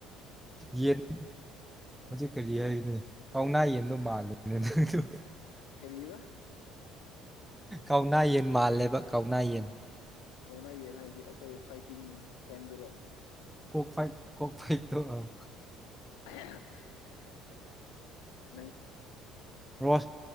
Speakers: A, in the centre; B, on the left (about 75°).
A: ꯌꯦꯟ ꯍꯧꯖꯤꯛ ꯀꯔꯤ ꯍꯥꯏꯒꯅꯤ ꯀꯥꯎꯅꯥ ꯌꯦꯟꯗꯨ ꯃꯥꯜꯂꯤꯅꯦ ꯅꯪꯗꯨ
B: ꯀꯔꯤꯕꯥ꯫
A: ꯀꯧꯅꯥ ꯌꯦꯟ ꯃꯥꯜꯂꯦꯕ ꯀꯧꯅ ꯌꯦꯟ꯫
B: ꯀꯧꯅ ꯌꯦꯟ ꯍꯥꯏꯕꯗꯤ ꯑꯈꫭꯏ ꯐꯥꯏꯇꯤꯡ ꯍꯦꯟ ꯗꯨꯔꫭ꯫
A: ꯀꫭꯛ ꯐꯥꯏꯠ ꯀꫭꯛ ꯐꯥꯏꯠꯇꯨ ꯑꯥ
B: ꯑꯍ ꯍ
A: ꯔꫭꯁ